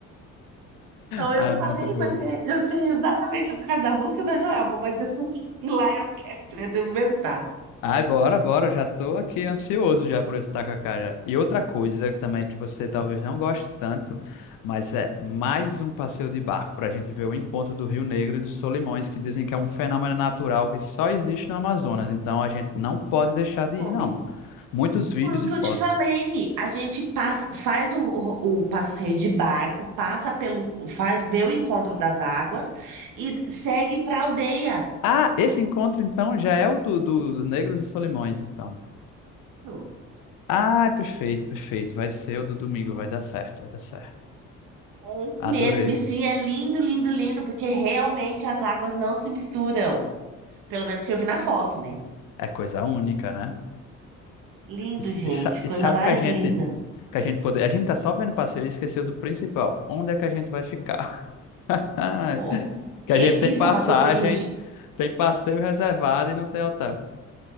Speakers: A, on the right; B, on the left.
A: Então
B: Ah,
A: eu
B: é
A: falei,
B: muito boa.
A: mas é- eu sei exatamente por causa da música da Joelma, mas eu sei que lá eu quero experimentar.
B: Ai, bora, bora. Já tô aqui ansioso já por esse tacacá já. E outra coisa também que você talvez não goste tanto, mas é mais um passeio de barco para a gente ver o encontro do Rio Negro e dos Solimões, que dizem que é um fenômeno natural que só existe no Amazonas. Então a gente não pode deixar de ir,
A: Homem,
B: não. Muitos vídeos
A: foi o que
B: e fotos.
A: eu te falei. A gente passa, faz o, o, o passeio de barco, passa pelo, faz, vê o encontro das águas e segue para a aldeia.
B: Ah, esse encontro então já é o do, do, do Negros e Solimões, então.
A: Isso.
B: Ah, perfeito, perfeito. Vai ser o do domingo, vai dar certo, vai dar certo.
A: É isso
B: Adorei.
A: mesmo. E sim, é lindo, lindo, lindo, porque realmente as águas não se misturam. Pelo menos que eu vi na foto, né?
B: É coisa única, né?
A: Lindo,
B: E, s-
A: gente,
B: e sa- e
A: coisa
B: sabe
A: mais
B: o que a gente
A: linda.
B: que a gente poder, a gente tá só vendo passeio e esqueceu do principal. Onde é que a gente vai ficar? <laughs>
A: Ó,
B: Que
A: e-
B: a gente tem
A: isso
B: passagem,
A: é uma coisa que a gente
B: tem passeio reservado e não tem hotel.